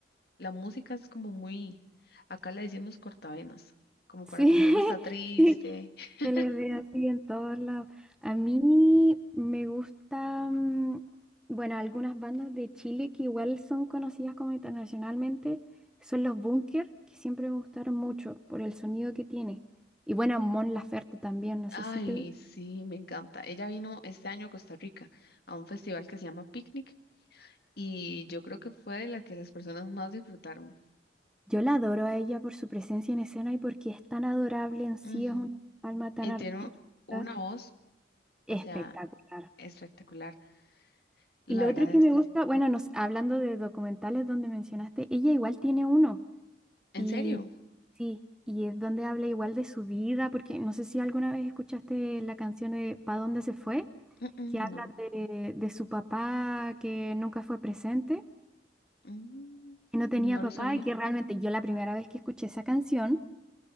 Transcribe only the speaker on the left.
La música es como muy, acá le decimos cortavenas, como
para cuando uno está triste.
<laughs>
Ay,
sí, me encanta. Ella vino este año a Costa Rica a un festival que se llama Picnic y yo creo que fue la que las personas más disfrutaron.
Ujú.
Y
tiene una voz,
o sea, espectacular. La
verdad
es
que
sí.
¿En
serio?
Mm, mm,
no.
Mm,
no
lo sabía.